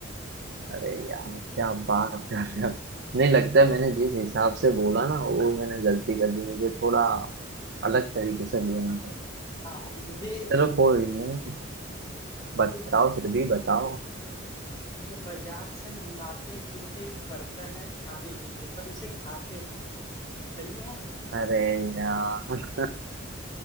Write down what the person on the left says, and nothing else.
हाँ मुझे
ये
ये बाजार से हम लाते हैं जितने भी बर्तन है खाने के लिए पर उसे खाते नहीं सही है